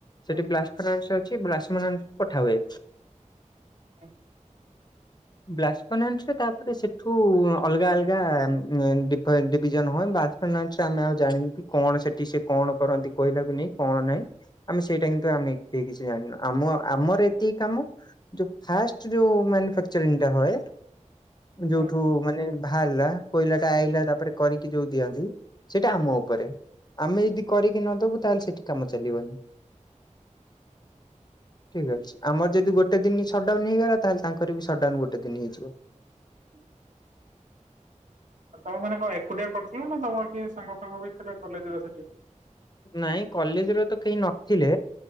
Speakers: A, on the left (about 35°); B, on the right (about 75°).
A: ସେଠି
B: ହୁଁ
A: ବ୍ଲାସଫରସା ଅଛି ବ୍ଲାସଫରମାନ ପଠା ହୁଏ।
B: ଆ
A: ବ୍ଲାସନାରେ ତାପରେ ସେଠୁ ଅଲଗା ଅଲଗା ଡିଫ ଡିଭିଜନ ହୁଏ। ବା <unintelligible> ଆମେ ଆଉ ଜାଣିନୁ କଣ ସେଠି ସେ କଣ କରନ୍ତି କୁଇଲା କୁ ନେଇି କଣ ନାହିଁ। ଆମେ ସେଇଟା କି ତୁ ଆମେ କିଛି ଜାଣିନୁ ଆମ ଆମର ଏତିକି କାମ ଯଉ ଫାଷ୍ଟ ଯଉ ମ୍ୟାନୁଫକ୍ଚ ଟା ହଏ
B: ହୁଁ
A: ଯୋଉଠୁ ମାନେ ବାହାରିଲା। କୋଇଲା ଟା ଆଇଲା ତାପରେ କରିକି ଯୋଉ ଦିଅନ୍ତି ସେଇଟା ଆମ ଉପରେ। ଆମେ ଯଦି କରିକି ନଦବୁ ତାହେଲେ ସେଠି କାମ ଚାଲିବନି। ଠିକ ଅଛି ଆମର ଯଦି ଗୋଟେ ଦିନ ସଟଡାଉନ ହେଇଗଲା ତାହେଲେ ତାଙ୍କର ବି ସଟ୍ଡାଉନ ଗୋଟେ ଦିନ ହେଇଯିବ।
B: <inaudible> ତମେ ମାନେ କଣ ଏକୁଟିଆ କରୁଥିଲ ନା ତମ କି ସାଙ୍ଗ ଫାଙ୍ଗ ବି ଥିଲେ କଲେଜ ରେ ସେଠି।
A: ନାଇଁ କଲେଜ ରେ ତ କେହି ନଥିଲେ।